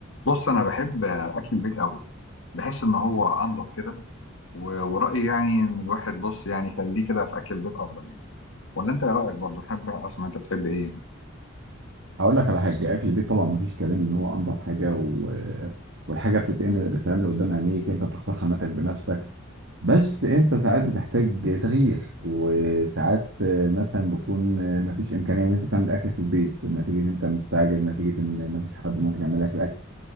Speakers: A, on the left; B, on the right.
A: بص انا بحب اكل البيت قوي بحس ان هو انضف كده و- ورأيي يعني ان الواحد بص يعني يخليه كده في اكل البيت افضل يعني ولا انت ايه رأيك برضو حابب اسمع انت بتحب ايه يعني
B: هقول لك على حاجه اكل البيت طبعا مفيش كلام ان هو انضف حاجه و... والحاجه بتتعمل بتتعمل قدام عينيك انت بتختار خاماتك بنفسك بس انت ساعات بتحتاج تغيير وساعات مثلا بيكون مفيش امكانيه ان انت تعمل اكل في البيت نتيجه ان انت مستعجل نتيجه ان مفيش حد ممكن يعمل لك الاكل